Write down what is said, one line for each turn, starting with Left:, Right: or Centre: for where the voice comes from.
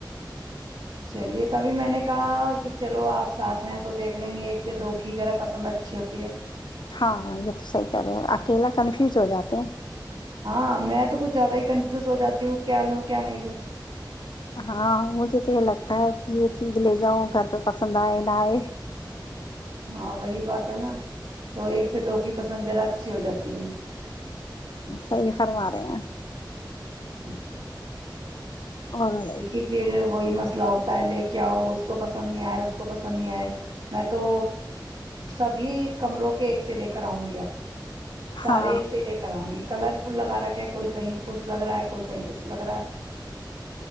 Right: چلیے تبھی میں نے کہا کہ چلو آپ ساتھ ہیں تو دیکھ لیں گے ایک سے دو کی جذرا پسند اچھی ہوتی ہے
Left: ہاں یہ تو صحیح کرہ رہے اکیلا کنفیوز ہو جاتے ہیں
Right: ہاں میں تو کچھ زیادہ ہی کنفیوز ہو جاتی ہوں کیا لوں کیا نہیں لوں
Left: ہاں مجھے تو یہ لگتا ہے کہ یہ چیز لے جاؤ گھر پہ پسند آئے نہ آئے
Right: ہاں وہی بات ہے نا تو ایک سے دو کی پسنجر اچھی ہو جاتی ہے
Left: صحیح فرما رہے ہیں
Right: <inaudible>
Left: اور
Right: کیونکہ پھر وہی مس ملہ ہوتا ہے لے کے آؤ اس کو پسند نہیں آئے اس کو پسند نہیں آئے میں تو سبھی کمروں کے ایک سے لے کر آؤں گی اب سارے
Left: ہاں
Right: ایک سے لے کر آؤں گی کلر فل لگا رکھ کہ کوئی کہیں کچھ لگ رہا ہے کوئی کہیں کچھ لگ رہا ہے